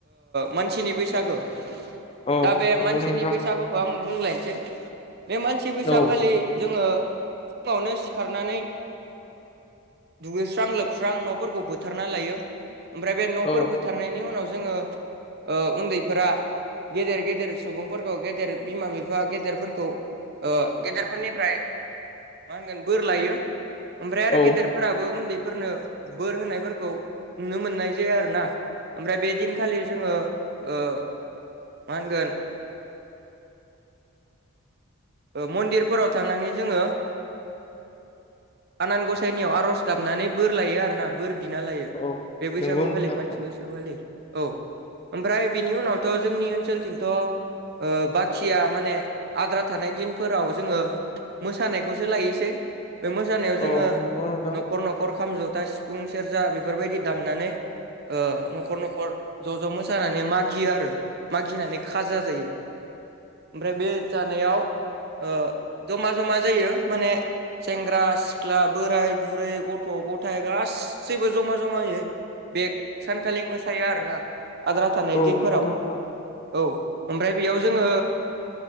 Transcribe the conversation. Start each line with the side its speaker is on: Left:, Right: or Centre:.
Right: मानसिनि बैसागो
Left: औ
Right: दा बे मानसिनि
Left: नंगौ नोंथां
Right: बैसागुखौ आं बुंलायनोसै बे मानसि बैसागखालि
Left: औ
Right: जोङो फुङावनो सिखारनानै दुगैस्रां लोबस्रां न'फोरखौ फोथारना लायो ओमफ्राय बे न'फोर
Left: औ
Right: फोथारनायनि उनाव जोङो उन्दैफोरा गेदेर गेदेर सुबुंफोरखौ गेदेर बिमा बिफा गेदेरफोरखौ गेदेरफोरनिफ्राय मा होनगोन बोर लायो ओमफ्राय आरो
Left: औ
Right: गेदेरफोराबो उन्दै फोरनो बोर होनायफोरखौ नुनो मोननाय जायो आरोना ओमफ्राय बे दिनखालि जोङो मा होनगोन मन्दिरफोराव थांनानै जोङो आनान गसाइनियाव आर'ज गाबनानै बोर लायो आरोना बोर बिना लायो
Left: औ
Right: बे बैसागु
Left: नंगौ नोंथां
Right: खालि मानसि
Left: औ
Right: बैसागु खालि औ ओमफ्राय बिनि उनाव जोंनि ओनसोलथिंथ' बाखिया माने आद्रा थानाय दिनफोराव जोङो मोसानायखौसो लायोसै बे मोसानायाव
Left: औ
Right: जोङो
Left: नंगौ नोंथां
Right: न'खर न'खर खाम जथा सिफुं सेरजा बेफोरबायदि दामनानै न'खर न'खर ज' ज' मोसानानै मागियो आरो मागिनानै खाजा जायो ओमफ्राय बे जानायाव जमा जमा जायो माने सेंग्रा सिख्ला बोराय बुरै गथ' गथाय गासैबो जमा जमा होयो बे सानखालि मोसायो आरोना आद्रा थानाय
Left: औ
Right: दिनफोराव
Left: नंगौ नोंथां
Right: औ ओमफ्राय बेयाव जोङो